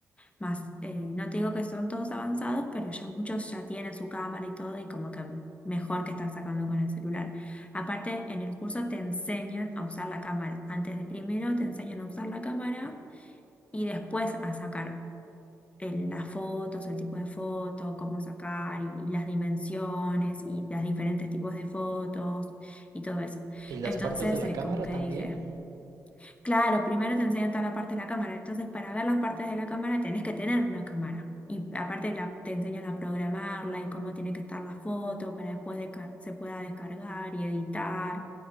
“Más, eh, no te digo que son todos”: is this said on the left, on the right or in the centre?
Left